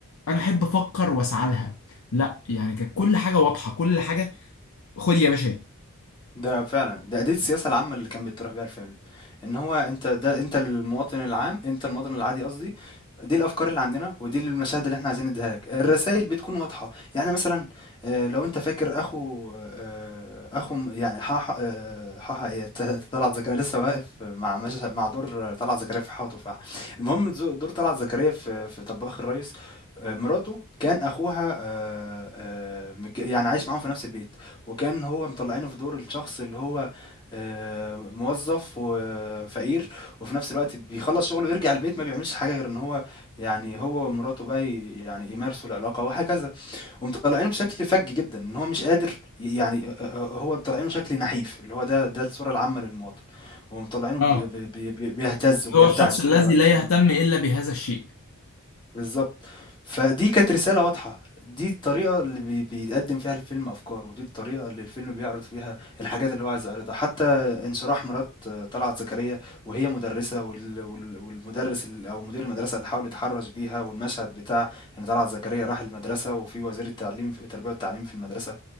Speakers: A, on the left; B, on the left.
A: انا احب افكر واسعى لها لا يعني كانت كل حاجة واضحة كل حاجة خد يا باشا
B: ده فعلا ده دي السياسة العامة اللي كان بيطرح بيها الفيلم ان هو انت ده انت المواطن العام انت المواطن العادي قصدي دي الافكار اللي عندنا ودي المشاهد اللي احنا عايزين نديها لك الرسائل بتكون واضحة يعني مثلا آه، لو انت فاكر اخو آه، اخو م- يعني حاحا آه، حاحا ايه ت- طلعت زكريا أنا لسه واقف مع مش- مع دور طلعت زكريا في حاحا وتفاحة المهم زو- دور طلعت زكريا في في طباخ الريس آه، مراته كان اخوها آه، آه، مك- يعني عايش معاهم في نفس البيت وكان هو مطلعينه في دور الشخص اللي هو آه، موظف وفقير وفي نفس الوقت بيخلص شغله ويرجع البيت ما بيعملش حاجة غير ان هو يعني هو ومراته بقى ي- يعني يمارسوا العلاقة وهكذا ومطلعينه بشكل فج جدا ان هو مش قادر ي- يعني آه، آه، آه، هو مطلعينه شكل نحيف اللي هو ده ده الصورة العامة للمواطن ومطلعينه ب-
A: اهي.
B: ب- بي- بي- بيهتز وبيرتعش
A: هو الشخص
B: طول
A: الذي
B: الوقت
A: لا يهتم إلا بهذا الشيء
B: بالضبط. فدي كانت رسالة واضحة، دي الطريقة اللي بي بيقدّم فيها الفيلم أفكاره، ودي الطريقة اللي الفيلم بيعرض فيها الحاجات اللي هو عايز يعرضها، حتى انشراح مرات آه، طلعت زكريا وهي مدرسة وال وال والمدرس ال أو مدير المدرسة اللي حاول يتحرّش بيها، والمشهد بتاع إن طلعت زكريا راح المدرسة وفي وزير التعليم ف التربية والتعليم في المدرسة